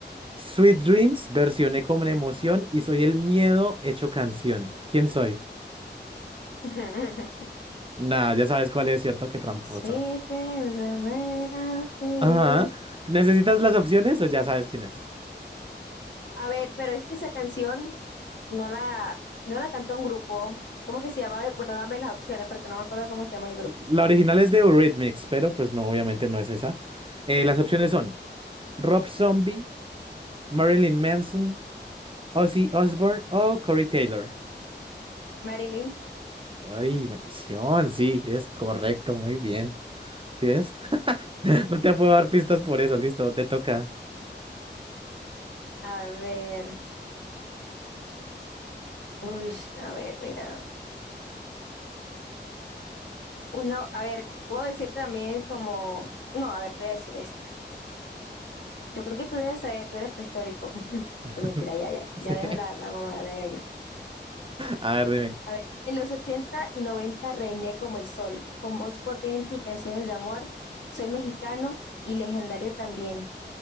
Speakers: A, on the right; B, on the left.
A: Sweet Dreams versioné con emoción y soy el miedo hecho canción. ¿Quién soy?
B: <laughs>
A: Nah, ya sabes cuál es, ¿cierto? Qué tramposa.
B: Sweet dreams are made of this.
A: Ajá. ¿Necesitas las opciones o ya sabes quién es?
B: A ver, pero es que esa canción no la, no la cantó un grupo. ¿Cómo que se llamaba? Bueno, dame las opciones porque no me acuerdo cómo se llama el grupo.
A: La original es de Eurythmics, pero pues no, obviamente no es esa. Eh, las opciones son Rob Zombie, Marilyn Manson, Ozzy Osbourne o Corey Taylor.
B: Marilyn.
A: Ay, maldición, sí, es correcto, muy bien. ¿Sí ves? <laughs> No te puedo dar pistas por eso, listo, te toca.
B: A ver. Uy, a ver, mira. Uno, a ver, puedo decirte también como. No, a ver, te voy a decir esta. Yo creo que tú debes saber, tú eres prehistórico. <laughs>
A: <laughs>
B: No mentira, ya, ya, ya
A: Sí.
B: dejo la, la mamadera de gallo.
A: A ver, dime.
B: A ver, en los 80 y 90 reiné como el sol, con voz potente y canciones de amor. Soy mexicano y legendario también.